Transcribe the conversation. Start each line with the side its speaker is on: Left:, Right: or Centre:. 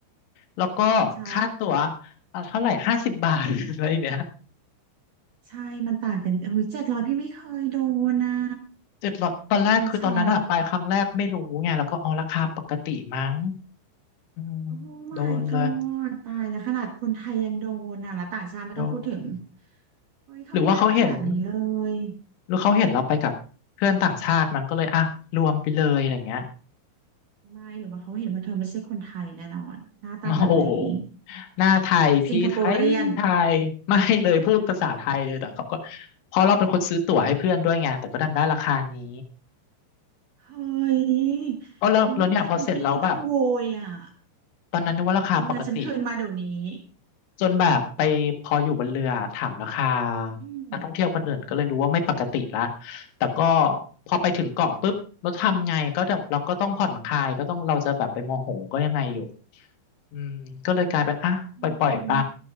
Left: แล้วก็ค่าตั๋ว
Right: ใช่
Left: เอ่อเท่าไหร่ห้าสิบบาท <laughs> อะไรเนี่ย
Right: ใช่มันต่างกันเอ้ยเจ็ดร้อยพี่ไม่เคยโดนอ่ะ
Left: เจ็ดร้อยตอนแรกคือตอนนั้นอะไปครั้งแรกไม่รู้ไงแล้วก็อ๋อราคาปกติมั้ง
Right: เฮ้ยช็อก
Left: อืม
Right: โอ้
Left: โดนเลย
Right: my god ตายแล้วขนาดคนไทยยังโดนอ่ะแล้วต่างชาติไม่ต้องพูดถึง
Left: โดน
Right: เฮ้ยเขาไม่น่าทำแบบนี้เลย
Left: หรือว่าเขาเห็นหรือเขาเห็นเราไปกับเพื่อนต่างชาติมันก็เลยอ่ะรวมไปเลยอะไรเงี้ย
Right: ไม่หรือว่าเขาเห็นว่าเธอไม่ใช่คนไทยแน่นอนหน้าตาแบบนี้
Left: มาโอ้โหหน้าไทยพี่ไทยไทยไม่เลยพูดภาษาไทยเลยแต่เขาก็
Right: สิงคโปรเรียน
Left: เพราะเราเป็นคนซื้อตั๋วให้เพื่อนด้วยไงแต่ก็ดันได้ราคานี้
Right: เฮ้ย
Left: ก็แล้วแล้วเนี่ยพอเสร็จแล้วแบบ
Right: วิถ้าเป็นพี่นี่ต้องโวยอ่ะ
Left: ตอนนั้นนึกว่าราคาปกติ
Right: เอาเงินฉันคืนมาเดี๋ยวนี้
Left: จนแบบไปพออยู่บนเรือถามราคา
Right: อืม
Left: นักท่องเที่ยวคนอื่นก็เลยรู้ว่าไม่ปกติละแต่ก็พอไปถึงเกาะปุ๊บเราทำไงก็แบบเราก็ต้องผ่อนคลายก็ต้องเราจะแบบไปโมโหก็ยังไงอยู่อืมก็เลยกลายเป็นอ่ะปล่อยปล่อยไป
Right: โอ้ย